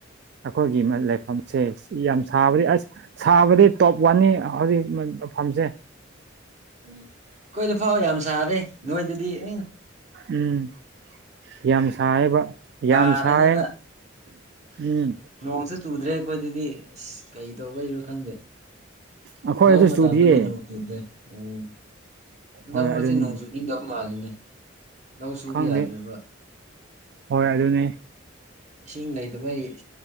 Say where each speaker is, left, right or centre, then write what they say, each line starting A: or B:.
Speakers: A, on the right; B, on the right.
A: ꯑꯩꯈꯣꯏꯒꯤ ꯃꯝꯁꯦ ꯌꯥꯝ ꯁꯥꯕꯗꯤ ꯑꯁ ꯁꯥꯕꯗꯤ ꯇꯣꯞ ꯋꯥꯟꯅꯤ ꯍꯧꯖꯤꯛ ꯃ ꯐꯝꯁꯦ
B: ꯎꯝ ꯀꯣꯏꯗ ꯐꯥꯎ ꯌꯥꯝ ꯁꯥꯔꯦ ꯅꯣꯏꯗꯗꯤ ꯑ
A: ꯎꯝ ꯌꯥꯝ ꯁꯥꯏꯕ
B: ꯇꯥꯔꯅꯤꯕ
A: ꯌꯥꯝ ꯁꯥꯏ ꯎꯝ
B: ꯅꯣꯡꯁꯨ ꯆꯨꯗ꯭ꯔꯦ ꯑꯩꯈꯣꯏꯗꯗꯤ ꯑꯁ ꯀꯩ ꯇꯧꯕ ꯍꯔꯣ ꯈꯪꯗꯦ
A: ꯑꯩꯈꯣꯏꯗꯁꯨ
B: ꯂꯧꯕ ꯃꯇꯝꯗ
A: ꯆꯨꯗꯤꯌꯦ
B: ꯀꯅꯣ ꯑꯣ ꯑꯗ
A: ꯍꯣꯏ
B: ꯃꯗꯤ
A: ꯑꯗꯨꯅꯤ
B: ꯅꯍꯧꯁꯨꯅꯤ ꯇꯥꯎ ꯃꯥ ꯍꯥꯜꯂꯤꯅꯦ ꯂꯧ ꯁꯨꯕ
A: ꯈꯪꯗꯦ
B: ꯌꯥꯗ꯭ꯔꯦꯕ
A: ꯍꯣꯏ ꯑꯗꯨꯅꯦ
B: ꯏꯁꯤꯡ ꯂꯩꯗꯕꯩ